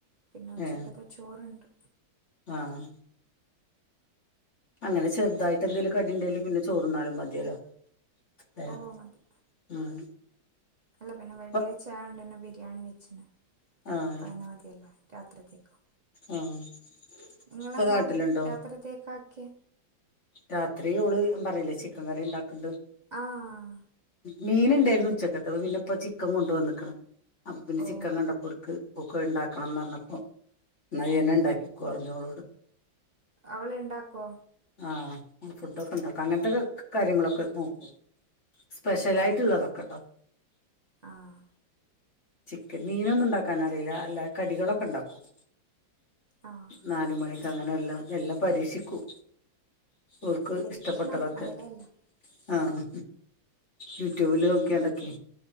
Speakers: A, on the right; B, on the left.
A: പിന്നെ ഉച്ചക്കത്തെ
B: ഏ
A: ചോറുണ്ട്
B: ആഹ് അങ്ങനെ ചെറുതായിട്ട് എന്തേലും കടി ഉണ്ടെലും പിന്നെ ചോറിന്നാലും മതിയല്ലോ ഹ
A: ഓ മതി
B: ഉം
A: അല്ല പിന്നെ വെള്ളിയാഴ്ച
B: ഇപ്പ
A: ആയോണ്ട്ന്നെ ബിരിയാണി വെച്ചിനു
B: ആഹ്
A: അപ്പ അനെ മതിയല്ല രാത്രിതേക്കും
B: ആഹ്
A: ഇങ്ങളെന്താ
B: ഇപ്പൊ നാട്ടിലുണ്ടോ
A: രാത്രിത്തേക്കാക്കിയേ
B: രാത്രി ഓള് പറയില്ലേ ചിക്കൻ കറി ഇണ്ടാക്കണത്
A: ആഹ്
B: മീൻ ഇണ്ടാര്ന്നു ഉച്ചക്കത്തത് പിന്നെ ഇപ്പോ ചിക്കൻ കൊണ്ട് വന്നേക്കണ് അപ്പൊ പിന്നെ
A: ഓ
B: ചിക്കൻ കണ്ടപ്പോട്ക്ക് ഓക്ക് ഇണ്ടാക്കണംന്ന് പറഞ്ഞപ്പോ ന്നാ ഇയ്യനെ ഇണ്ടാക്കികോന്ന് പറഞ്ഞോളോട്
A: അവൾ ഇണ്ടാക്കോ
B: ആ ഫുഡൊക്കെ ഉണ്ടാക്കും അങ്ങനെത്തെ കാര്യങ്ങളൊക്കെ നോക്കും സ്പെഷ്യലായിട്ടുള്ള
A: ഓ
B: തൊക്കെട്ടോ
A: ആഹ്
B: ചിക്കൻ മീനൊന്നും ഉണ്ടാക്കാനറിയില്ല അല്ല കടികളൊക്കെ ഇണ്ടാക്കും
A: ആഹ്
B: നാല് മണി അങ്ങനെ എല്ലാ എല്ലാം പരീക്ഷിക്കും ഓൾക്ക്
A: പരീക്ഷണം
B: ഇഷ്ടപ്പെട്ടതൊക്കെ
A: അതല്ലേ എല്ലാം
B: ആഹ് യൂട്യൂബില് നോക്കിയാണ്ടൊക്കെ